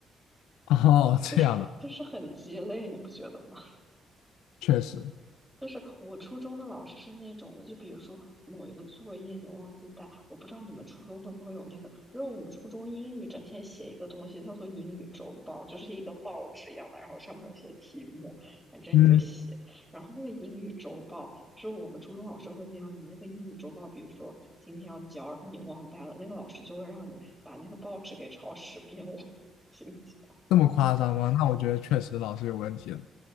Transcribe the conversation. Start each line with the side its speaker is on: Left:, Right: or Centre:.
Left: <laughs> 哦，这样的，
Centre: 就是就是很鸡肋，你不觉得吗？
Left: 确实。
Centre: 就是我初中的老师是那种的，就比如说某一个作业你忘记带，我不知道你们初中会不会有那个，就是我们初中英语整天写一个东西叫做英语周报，就是一个报纸一样的，然后上面有些题目，反正你就写。
Left: 嗯，
Centre: 然后那个英语周报，就是我们初中老师会那样，你那个英语周报，比如说今天要交，然后你忘带了，那个老师就会让你把那个报纸给抄十遍。我 <laughs> 心想，
Left: 这么夸张吗？那我觉得确实老师有问题了。